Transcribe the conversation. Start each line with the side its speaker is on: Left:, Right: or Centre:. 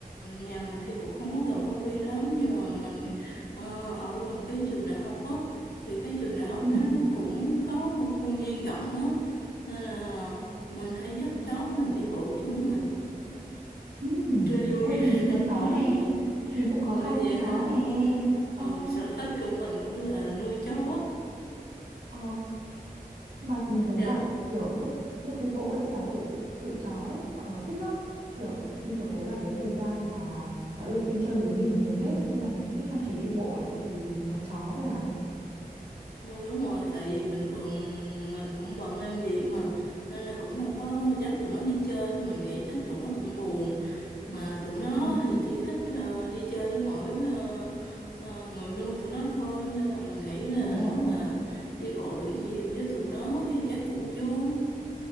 Left: nhà mình thì cũng không có gần công viên lắm nhưng mà mình ờ, ở gần cái trường đại học á thì cái trường đại học
Right: ừ
Left: nó nó cũng có một khuôn viên rộng á nên là mình hay dắt chó mình đi bộ chung mình
Right: Ừ,
Left: cho vui
Right: Ê, mình
Left: <laughs>
Right: cũng có chó nè mình cũng có
Left: Ủa
Right: hai
Left: vậy
Right: con chó
Left: hả?
Right: nè
Left: ừ
Right: ờ
Left: sở thích của mình cũng là nuôi chó
Right: ờ mà mình thấy
Left: dạ
Right: là kiểu lúc lúc đi bộ ấy là tụi tụi chó ấy bọn nó thích lắm kiểu như kiểu đấy là cái thời gian mà nó được đi chơi với mình nhiều nhất ấy. nên là mình cứ chăm chỉ đi bộ là tại vì có chó thôi à
Left: ừ, đúng rồi tại vì bình thường mình cũng bận làm việc mà nên là cũng đâu có dắt tụi nó đi chơi thì mình nghĩ chắc tụi nó cũng buồn mà tụi nó
Right: ừ
Left: thì chỉ thích ờ, đi chơi với mỗi ờ, ờ, người nuôi tụi nó thôi nên là mình nghĩ là
Right: đúng rồi
Left: nếu mà đi bộ được nhiều với tụi nó thì chắc cũng vui